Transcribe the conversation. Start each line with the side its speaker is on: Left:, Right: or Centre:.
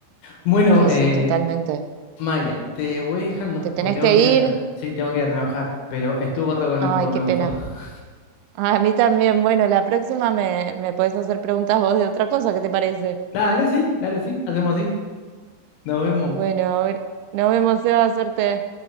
Left: Bueno,
Right: Sí,
Left: eh,
Right: sí, totalmente.
Left: Maya, te voy dejando
Right: ¿Te tenés
Left: porque tengo
Right: que
Left: que
Right: ir?
Left: ir a tra- sí, tengo que ir a trabajar, pero estuvo re bueno
Right: Ay,
Left: el juego,
Right: qué
Left: me gustó.
Right: pena.
Left: <laughs>
Right: Ah, A mí también. Bueno, la próxima me, me puedes hacer preguntas vos de otra cosa, ¿qué te parece?
Left: Dale, sí, dale, sí, hacemos así. Nos vemos.
Right: Bueno, a ver nos vemos, Seba, suerte.